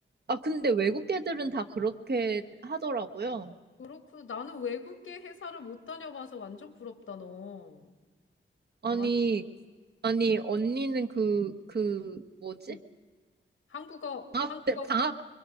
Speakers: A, on the right; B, on the left.
A: 아 근데 외국 애들은 다 그렇게 하더라고요.
B: 그렇구나. 나는 외국계 회사를 못 다녀봐서 완전 부럽다, 너.
A: 아니,
B: 와,
A: 아니, 언니는 그, 그, 뭐지?
B: 응. 한국어,
A: 방학
B: 한국어
A: 때, 방학,